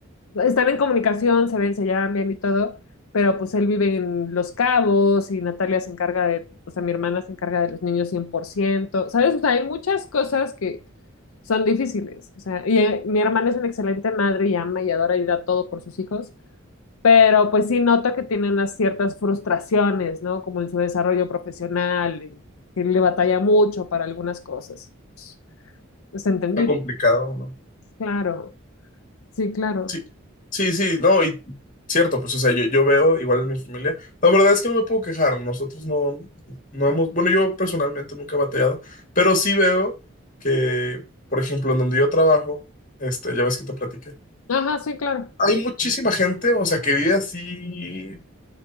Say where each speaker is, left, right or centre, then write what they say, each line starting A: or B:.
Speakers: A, on the left (about 80°); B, on the left (about 40°).
A: están en comunicación, se ven, se llevan bien y todo, pero pues él vive en Los Cabos y Natalia se encarga de, o sea, mi hermana se encarga de los niños cien por ciento ¿sabes? O sea, hay muchas cosas que son difíciles, o sea, y eh, mi hermana es una excelente madre y ama y adora y da todo por sus hijos, pero pues sí noto que tiene unas ciertas frustraciones, ¿no? Como en su desarrollo profesional, en que le batalla mucho para algunas cosas. Pues, es entendible.
B: está complicado, ¿no?
A: Claro, sí, claro.
B: Sí, sí, sí, no, y cierto, pues, o sea, yo, yo veo igual en mi familia. La verdad es que no me puedo quejar. Nosotros no, no hemos, bueno, yo personalmente nunca he batallado, pero sí veo que, por ejemplo, en donde yo trabajo, este, ya ves que te platiqué.
A: Ajá, sí, claro.
B: Hay muchísima gente, o sea, que vive así